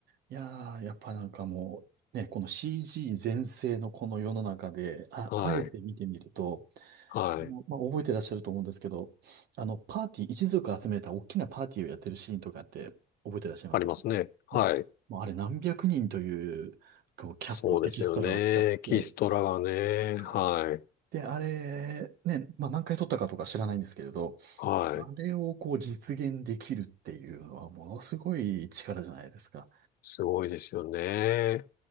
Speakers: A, on the right; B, on the left.
A: いやー、やっぱなんかもう、ね、この CG 全盛のこの世の中で、あ、
B: はい。
A: あえて見てみると、
B: はい。
A: もうまあ、覚えてらっしゃると思うんですけど、あの、パーティー、一族集めた大きなパーティーをやってるシーンとかって覚えてらっしゃいます
B: ありますね。はい。
A: ね。もうあれ何百人という、こう、キャスト、
B: そうですよね。
A: エキストラを使って、
B: キストラがね。
A: そ
B: はい。
A: で、あれ、ね、まあ、何回撮ったかとか知らないんですけれど、
B: はい。
A: あれをこう実現できるっていうのはものすごい力じゃないですか。
B: すごいですよね。